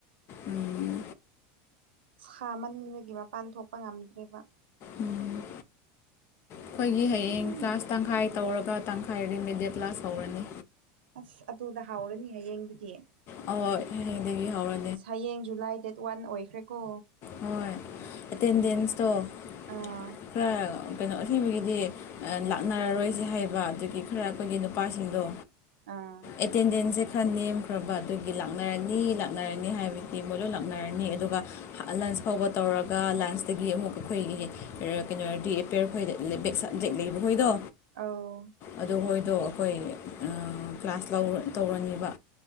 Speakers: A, on the left; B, on the right.
A: ꯎꯝ
B: ꯁꯥꯃꯟꯕꯒꯤ ꯃꯄꯥꯟ ꯊꯣꯛꯄ ꯉꯝꯗ꯭ꯔꯦꯕꯥ
A: ꯎꯝ ꯑꯩꯈꯣꯏꯒꯤ ꯍꯌꯦꯡ
B: ꯑꯗꯨꯝ
A: ꯀ꯭ꯂꯥꯁ ꯇꯪꯈꯥꯏ ꯇꯧꯔꯒ ꯇꯪꯈꯥꯏ ꯔꯤꯃꯦꯗꯤꯠ ꯀ꯭ꯂꯥꯁ ꯍꯧꯔꯅꯤ
B: ꯑꯁ ꯑꯗꯨꯗ ꯍꯥꯎꯔꯅꯤ ꯍꯌꯦꯡꯗꯨꯗꯤ
A: ꯍꯣꯏ ꯍꯌꯦꯡ ꯗꯥꯒꯤ ꯍꯧꯔ
B: ꯍꯌꯦꯡ ꯖꯨꯂꯥꯏ ꯗꯦꯠ ꯋꯥꯟ ꯑꯣꯏꯈ꯭ꯔꯦꯀꯣ
A: ꯍꯣꯏ ꯑꯦꯇꯦꯟꯗꯦꯟꯁꯇꯣ
B: ꯑꯁ ꯑꯥ
A: ꯈꯔ ꯀꯩꯅꯣ ꯑꯁꯦꯡꯕꯒꯤꯗꯤ ꯂꯥꯛꯅꯔꯔꯣꯏꯁꯦ ꯍꯥꯏꯕ ꯑꯗꯨꯒꯤ ꯈꯔ ꯑꯩꯈꯣꯏꯒꯤ ꯅꯨꯄꯥꯁꯤꯡꯗꯣ
B: ꯑꯥ
A: ꯑꯦꯇꯦꯟꯗꯦꯟꯁꯁꯦ ꯈꯔ ꯅꯦꯝ ꯈꯔꯕ ꯑꯗꯨꯒꯤ ꯂꯥꯛꯅꯔꯅꯤ ꯂꯥꯛꯅꯔꯅꯤ ꯍꯥꯏꯕꯗꯤ ꯃꯣꯏ ꯂꯣꯏ ꯂꯥꯛꯅꯔꯅꯤ ꯑꯗꯨꯒ ꯂꯟꯁ ꯐꯥꯎꯕ ꯇꯧꯔꯒ ꯂꯟꯁꯇꯒꯤ ꯑꯃꯨꯛ ꯑꯩꯈꯣꯏꯒꯤ ꯀꯩꯅꯣ ꯔꯤꯑꯦꯄꯦꯌꯔ ꯈꯣꯏ ꯕꯦꯛ ꯁꯞꯖꯦꯛ ꯂꯩꯕ ꯈꯣꯏꯗꯣ
B: ꯑꯥꯎ
A: ꯑꯗꯨ ꯍꯣꯏꯗꯣ ꯑꯩꯈꯣꯏ ꯀ꯭ꯂꯥꯁ ꯂꯧ ꯇꯧꯔꯅꯤꯕ